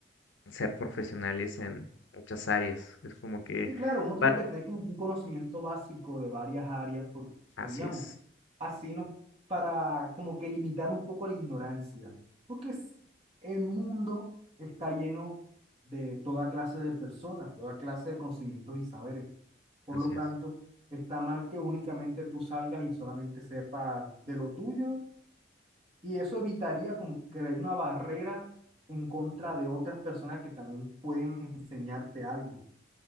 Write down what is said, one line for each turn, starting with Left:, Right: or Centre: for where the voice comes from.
Left: ser profesionales en muchas áreas. Es como que,
Right: Sí, claro, uno
Left: par-
Right: tiene que tener como un conocimiento básico de varias áreas porque,
Left: así
Right: digamos,
Left: es,
Right: así no, para como que limitar un poco la ignorancia, porque es- el mundo está lleno de toda clase de personas, toda clase de conocimientos y saberes. Por
Left: así
Right: lo tanto,
Left: es.
Right: está mal que únicamente tú salgas y solamente sepas de lo tuyo y eso evitaría como crear una barrera en contra de otras personas que también pueden enseñarte algo.